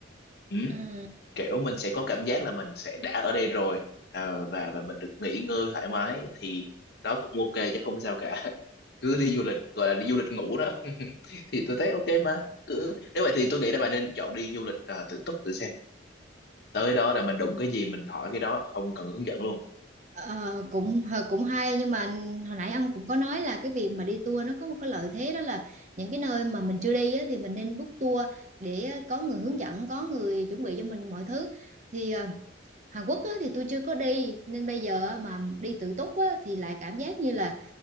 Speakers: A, on the left; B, on the right.
A: ừ
B: ừ.
A: kiểu mình sẽ có cảm giác là mình sẽ đã ở đây rồi ờ, và và mình được nghỉ ngơi thoải mái thì đó cũng ok chứ không sao cả <laughs> cứ đi du lịch gọi là đi du lịch ngủ đó <laughs> thì tôi thấy ok mà cứ nếu vậy thì tôi nghĩ là bạn nên chọn đi du lịch ờ, tự túc tự xem tới đó là mình đụng cái gì mình hỏi cái đó không cần hướng dẫn luôn
B: Ờ, cũng ờ, cũng hay nhưng mà hồi nãy ông cũng có nói là cái việc mà đi tour nó có một cái lợi thế đó là những cái nơi mà mình chưa đi á, thì mình nên book tour để có người hướng dẫn có người chuẩn bị cho mình mọi thứ thì ờ, Hàn Quốc á, thì tôi chưa có đi nên bây giờ mà đi tự túc á, thì lại cảm giác như là